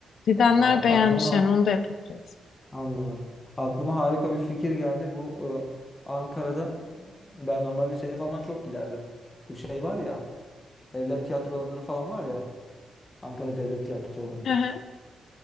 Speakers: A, on the left; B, on the left.
A: gidenler
B: Aa,
A: beğenmiş
B: aklıma
A: yani onu da yapabiliriz.
B: anladım. Aklıma harika bir fikir geldi. Bu e, Ankara'da ben normalde şeye falan çok giderdim. Bu şey var ya devlet tiyatroları falan var ya. Ankara Devlet Tiyatroları.
A: Hı hı.